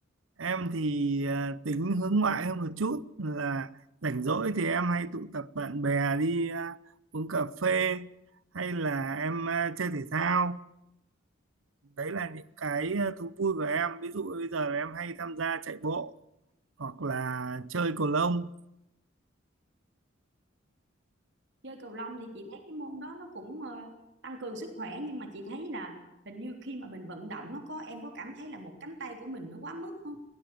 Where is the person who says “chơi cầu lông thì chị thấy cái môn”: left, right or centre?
Right